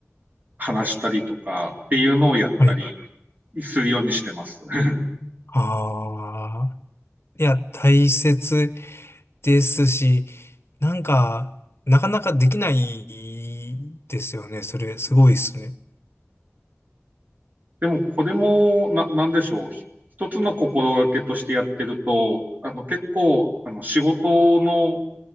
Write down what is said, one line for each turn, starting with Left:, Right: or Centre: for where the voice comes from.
Right: 話したりとかっていうのをやったり
Left: はい。
Right: するようにしてます。<laughs>
Left: ああ、いや、大切ですし、なんか、なかなかできないですよね。それ、すごいですね。
Right: でもこれもななんでしょう。一つの心がけとしてやってると、あの結構あの仕事の